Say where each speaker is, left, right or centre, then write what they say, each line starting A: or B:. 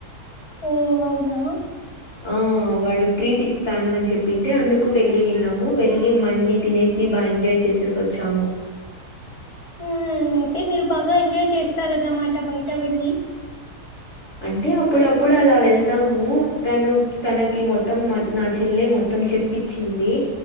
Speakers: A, on the left; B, on the left.
A: ఓ అవునా
B: ఆ వాడు ట్రీట్ ఇస్తాను అని చెప్పింటే అందుకు వెళ్ళినిన్నాము వెళ్ళి మండి తినేసి బా ఎంజాయ్ చే చేసేసి వచ్చాము
A: హ్మ్ అయితే మీరు బాగా ఎంజాయ్ చేస్తారన్నమాట బయట వెళ్ళి
B: అంటే అప్పుడప్పుడు అలా వెళ్తాము తను తనకి మొత్తం నా చెల్లె మొత్తం చె చెప్పించింది